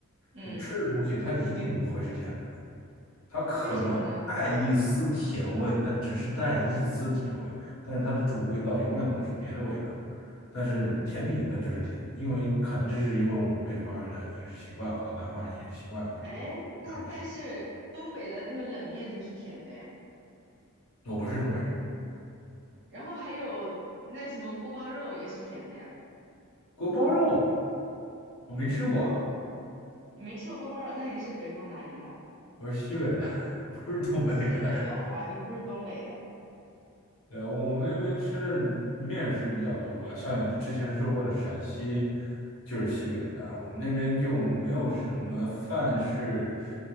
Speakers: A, on the right; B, on the left.
A: 嗯，
B: 就是吃的东西它一定不会是甜的。它可能会带一丝甜味，
A: 为什么呢？
B: 但只是带一丝甜味，但是它的主味道永远都是别的味道。但是甜品它就是甜的，因为可能这是因为我们北方人的饮食习惯和南方人饮食习惯有
A: 哎，那但是东北的那个冷面就是甜的呀，
B: 那不一样。我不是东北人，
A: 然后还有那什么锅包肉也是甜的呀。
B: 锅包肉我没吃过，
A: 嗯，你没吃过锅包肉，那你是北方哪里的？
B: 我是西北的，<laughs> 不是东北的。
A: 西北的好吧，你不是东北的。
B: 对，我们那边吃的面食比较多吧，像你之前说过的，陕西就是西北的，我们那边就没有什么饭是